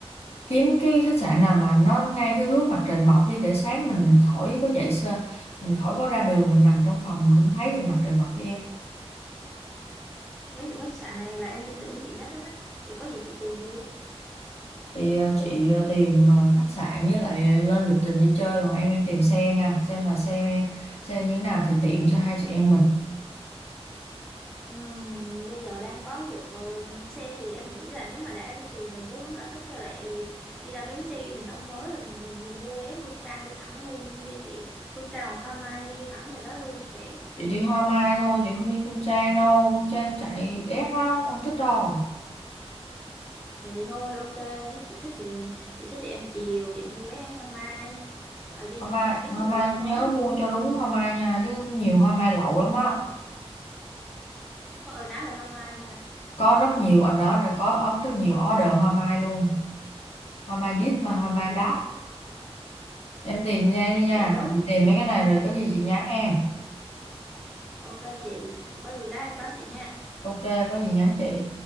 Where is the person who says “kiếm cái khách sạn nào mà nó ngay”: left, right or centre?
Left